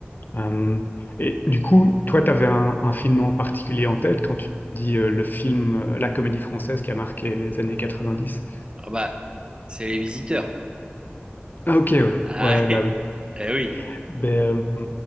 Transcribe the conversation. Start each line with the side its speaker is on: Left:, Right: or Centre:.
Left: Euh, et du coup, toi, tu avais un, un film en particulier en tête quand tu dis euh, le film, euh, la comédie française qui a marqué les années 90.
Right: Ah bah, c'est les visiteurs.
Left: Ah, ok, ouais,
Right: Ah,
Left: ouais, ouais, bah
Right: <laughs>
Left: oui.
Right: eh oui.
Left: Ben, euh,